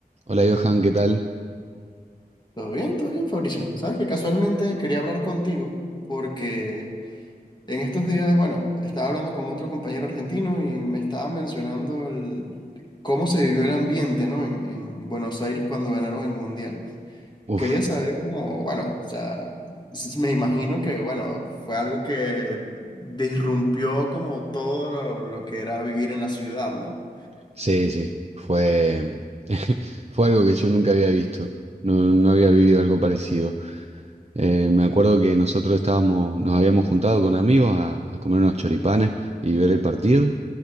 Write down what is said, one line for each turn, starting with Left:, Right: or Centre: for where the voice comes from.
Right: Hola Johan, ¿qué tal?
Left: Todo bien, todo bien, Fabricio. Sabes que casualmente quería hablar contigo porque en estos días, bueno, estaba hablando con otro compañero argentino y me estaba mencionando el, cómo se vivió el ambiente, ¿no? En, en Buenos Aires cuando ganaron el Mundial.
Right: Uf,
Left: Quería saber cómo, bueno, o sea, s- me imagino que, bueno, fue algo que disrumpió como todo lo, lo que era vivir en la ciudad, ¿no?
Right: sí, sí, fue, <laughs> fue algo que yo nunca había visto, no, no había vivido algo parecido. Eh, me acuerdo que nosotros estábamos, nos habíamos juntado con amigos a, a comer unos choripanes y ver el partido,